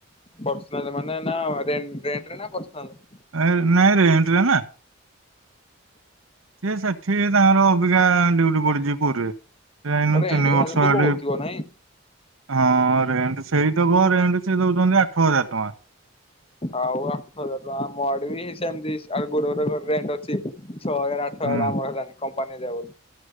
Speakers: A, on the left; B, on the right.
A: ପର୍ସନାଲ ମାନେ ନାରେଣ୍ଟରେ ନା ପର୍ସନାଲ?
B: ଏ ନାଇଁରେ ଏଣ୍ଟରେ ନା ସେଏ ସେଠି ତାଙ୍କର ଅବିକା ଡଉଟି ପଡିଛି ପୁରୀରେ। ଏଇନା
A: ରେଣ୍ଟ
B: ତିନି
A: ଯାହା
B: ବର୍ଷ
A: ହେଲେ ତ
B: ଏଠି
A: ବହୁତ ଥିବ ନାଇଁ?
B: ହଁ ରେଣ୍ଟ ସେଇ ଦବ ରେଣ୍ଟ ସେ ଦଉଛନ୍ତି ଆଠ ହଜାର ଟଙ୍କା
A: ଆଉ ଆଠ ହଜାର ଟଙ୍କ ମୋ ଆଡେ ବି ସେମତି ଆ ଗୋ ରେ ଅଛି। ଛଅ ହଜାର ଆଠ ହଜାର
B: ହୁଁ
A: ଆମର ହେଲାନଣି କମ୍ପାନୀ ଦେବ।